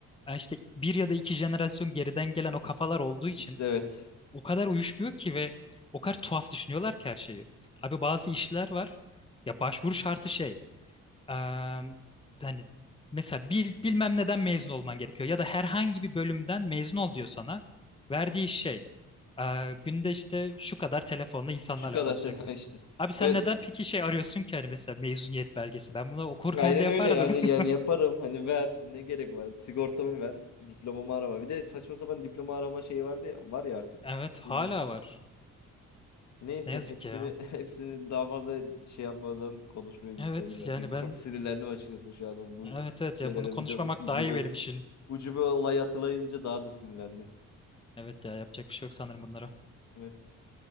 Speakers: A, on the left; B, on the left.
A: yani işte bir ya da iki jenerasyon geriden gelen o kafalar olduğu için
B: İşte evet.
A: o kadar uyuşmuyor ki ve o kadar tuhaf düşünüyorlar ki her şeyi. Abi bazı işler var ya başvuru şartı şey Eee, hani mesela bil, bilmem neden mezun olman gerekiyor ya da herhangi bir bölümden mezun ol diyor sana. Verdiği şey eee, günde işte şu kadar telefonla insanlarla
B: Şu kadar
A: konuşacaksın.
B: tela <laughs> işte.
A: Abi sen
B: Evet,
A: neden peki şey arıyorsun ki hani mesela mezuniyet belgesi? Ben bunu okurken
B: aynen
A: de yapardım.
B: öyle yani
A: <laughs>
B: yani yaparım. Hani ver ne gerek var? Sigortamı ver, diplomamı arama. Bir de saçma sapan diploma arama şeyi vardı ya, var ya artık.
A: Evet hala
B: Ne diyeyim?
A: var.
B: Neyse
A: Ne yazık
B: hepsini
A: ki ya.
B: <laughs> hepsini daha fazla şey yapmadan konuşmayı
A: Evet
B: bitirelim ya.
A: yani
B: Çünkü
A: ben
B: çok sinirlendim açıkçası şu an bu bu
A: evet evet
B: şeylere
A: ya bunu konuşmamak
B: bir de u- ucube
A: daha iyi benim için.
B: ucube olay hatırlayınca daha da sinirlendim.
A: Evet ya yapacak bir şey yok sanırım bunlara.
B: Evet.